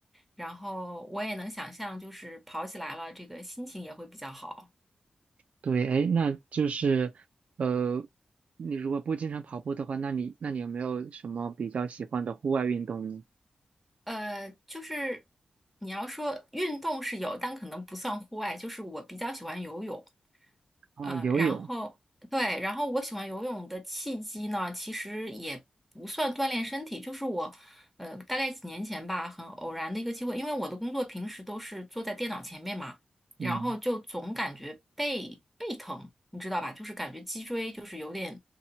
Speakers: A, in the centre; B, on the right.
A: 然后我也能想象，就是跑起来了，这个心情也会比较好。
B: 对，哎，那就是呃，你如果不经常跑步的话，那你那你有没有什么比较喜欢的户外运动呢？
A: 呃，就是你要说运动是有，但可能不算户外。就是我比较喜欢游泳，
B: 啊，
A: 呃，
B: 游泳。
A: 然后对，然后我喜欢游泳的契机呢，其实也不算锻炼身体，就是我，呃，大概几年前吧，很偶然的一个机会，因为我的工作平时都是坐在电脑前面嘛。然后就总感觉背背疼，
B: 嗯，
A: 你知道吧？就是感觉脊椎就是有点